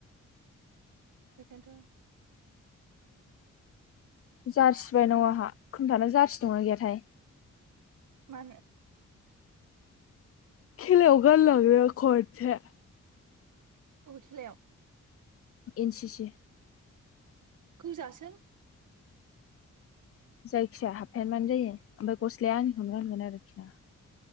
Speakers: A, on the right; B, on the left.
A: बेखोयनोथ
B: जारसि बायनांगौ आंहा खोन्थाना जारसि दंना गैयाथाय।
A: मानो
B: खेलायाव गानलांनो खनसे
A: अबे खेलायाव?
B: एन सि सि।
A: गोजासो
B: जायखिया हाबफेन बानो जायो गस्लाया आंनिखौनो गान गोन आरोखि ना।